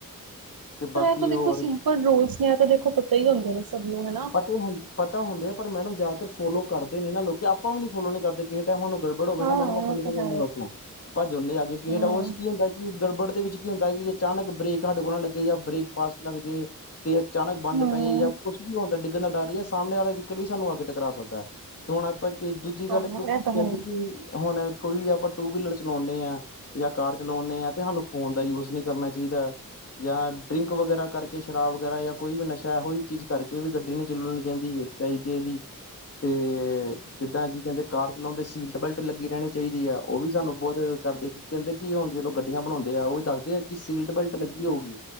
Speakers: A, on the left; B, on the right.
A: ਤੇ
B: ਪਰ
A: ਬਾਕੀ
B: ਇਹ ਤਾਂ ਦੇਖੋ
A: ਹੋਰ
B: ਸਿੰਪਲ ਰੂਲਸ ਨੇ ਇਹ ਤਾਂ ਦੇਖੋ ਪਤਾ ਹੀ ਹੁੰਦੇ ਨੇ ਸਭ ਨੂੰ ਹਨਾ।
A: ਹੁੰ! ਪਤਾ ਹੁੰਦੇ ਆ ਪਰ ਮੈਡਮ ਜ਼ਿਆਦਾਤਰ ਫੋਲੋ ਕਰਦੇ ਨੀ ਨਾ ਲੋਕੀ, ਇਹਨਾਂ ਲੋਕ ਆਪਾਂ ਵੀ ਨੀ ਫੋਲੋ ਨਹੀਂ ਕਰਦੇ। ਕਿਸੇ ਟਾਈਮ ਗੜਬੜ ਹੋਵੇ
B: ਹਾਂ
A: ਨਾ ਮੈਡਮ, ਆਪਾਂ
B: ਇਹ
A: ਨਿਕਲਣਦੇ
B: ਤਾਂ ਹੈ।
A: ਹਾਂ ਉਥੋਂ ਭੱਜ ਹਨਦੇ ਆਗੇ ਕਿੇ
B: ਹੂੰ।
A: ਉਸ ਕੀ ਹੁੰਦਾ। ਕਿ ਗੜਬੜ ਦੇ ਵਿੱਚ ਕੀ ਹੁੰਦਾ ਹੈ ਕਿ ਅਚਾਨਕ ਬ੍ਰੇਕ ਸਾਡੇ ਕੋਲ ਲੱਗੇ ਜਾਂ ਬ੍ਰੇਕ ਫਾਸਟ ਲੱਗ ਜਾਏ! ਤੇ ਅਚਾਨਕ ਬੰਦ
B: ਹੂੰ।
A: ਪਈ ਜਾਂ ਕੁਛ ਵੀ ਹੁੰਦਾ ਡਿੱਗਣ ਦਾ ਡਰ ਸਾਹਮਣੇ ਵਾਲਾ ਵੀਕਲ ਵੀ ਸਾਨੂੰ ਅੱਗ ਟਕਰਾ ਸਕਦਾ ਹੈ! ਹੁਣ ਆਪਾਂ ਕੀ ਦੂਜੀ
B: ਹਾਂ
A: ਗੱਲ, ਇੱਕ ਕਹਿੰਦੇ
B: ਇਹ ਤਾਂ ਹੈ
A: ਕਿ ਹੁਣ ਕੋਈ ਆਪਾਂ ਟੂ ਵੀਲਰ ਚਲਾਉਂਦੇ ਹਾਂ! ਜਾਂ ਕਾਰ ਚਲਾਉਂਦੇ ਆ ਤੇ ਸਾਨੂੰ ਫੋਨ ਦਾ ਯੂਜ ਨਹੀਂ ਕਰਨਾ ਚਾਹੀਦਾ। ਜਾਂ ਡਰਿੰਕ ਵਗੈਰਾ ਕਰਕੇ, ਸ਼ਰਾਬ ਵਗੈਰਾ ਜਾਂ ਕੋਈ ਵੀ ਨਸ਼ਾ ਹੈ ਉਹੀ ਚੀਜ਼ ਕਰਕੇ ਵੀ ਗੱਡੀ ਨੀ ਚੱਲਣੀ ਚਾਹੀਦੀ ਹੈ। ਚਾਹੀਦੇ, ਇਹਦੀ ਤੇ! ਜਿੱਦਾਂ ਕੀ ਕਹਿੰਦੇ ਕਾਰ ਚਲਾਉਂਦੇ ਸੀਟ ਬੈਲਟ ਲੱਗੀ ਰਹਿਣੀ ਚਾਹੀਦੀ ਹੈ ਉਹ ਵੀ ਸਾਨੂੰ ਬਹੁਤ ਕਰਦੇਗੀ! ਕਹਿੰਦੇ ਕਿ ਹੁਣ ਜਦੋਂ ਗੱਡੀਆਂ ਬਣਾਉਂਦੇ ਆ ਉਹ ਵੀ ਦੱਸਦੇ ਆ ਕਿ ਸੀਟ ਬੈਲਟ ਲੱਗੀ ਹੋਊਗੀ!